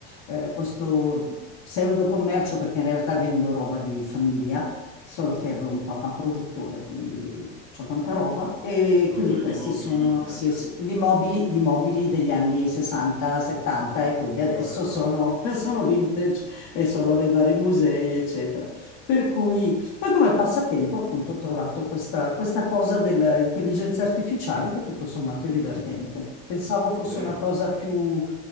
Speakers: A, on the left; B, on the right.
A: eh, questo pseudo commercio perché in realtà vendo roba di famiglia solo che avevo un papà produttore, quindi ho tanta roba. E
B: Produttore
A: quindi questi
B: di mobili
A: sono
B: vintage?
A: sì, sì, gli mobili,
B: Ah.
A: gli mobili degli anni 60, 70 e quindi adesso
B: che ora sono
A: sono,
B: vintage,
A: <laughs> sono vintage
B: giustamente.
A: e sono nei vari musei, eccetera. Per cui, poi come passatempo appunto ho trovato questa, questa cosa dell'intelligenza artificiale che tutto sommato è divertente. Pensavo fosse
B: Vero?
A: una cosa più